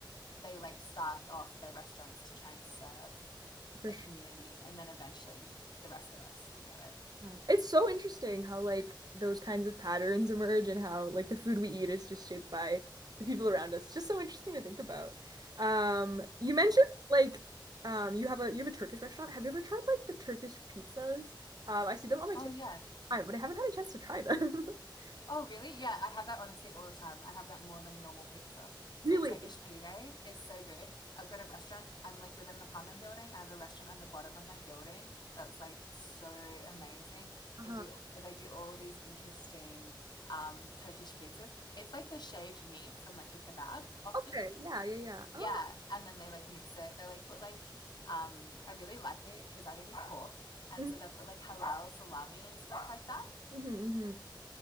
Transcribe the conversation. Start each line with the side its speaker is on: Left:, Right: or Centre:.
Left: they like start off their restaurants to try and serve
Right: for
Left: their community and then eventually the rest of us can get it.
Right: Uh, It's so interesting how like those kinds of patterns emerge and how like the food we eat is just shaped by the people around us. It's just so interesting to think about. Um, you mentioned
Left: Yeah.
Right: like um you have a you have a Turkish restaurant. Have you ever tried like the Turkish pizzas? Um, I see them on my TikTok,
Left: Oh yeah.
Right: but I haven't had a chance to try them. <laughs>
Left: Oh, really? Yeah, I have that honestly all the time. I have that more than normal pizza.
Right: Really?
Left: So Turkish pide is so good. I've got a restaurant. I'm like living in an apartment building. I have a restaurant at the bottom of my building that's like so amazing.
Right: Uh-huh.
Left: Can do they do all these interesting um Turkish pizzas. It's like the shaved meat from like a kebab often.
Right: Okay. Yeah, yeah, yeah.
Left: Yeah,
Right: Oh.
Left: and then they like mix it. They like put like um I really like it because I don't eat pork, and
Right: hmm
Left: so they'll put like halal salami and stuff like that.
Right: hmm